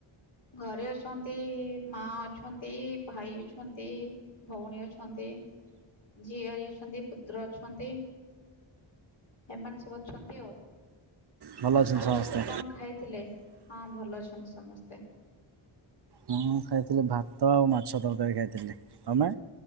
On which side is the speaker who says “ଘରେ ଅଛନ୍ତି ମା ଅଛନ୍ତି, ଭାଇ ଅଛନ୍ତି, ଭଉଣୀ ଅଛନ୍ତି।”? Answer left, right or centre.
Left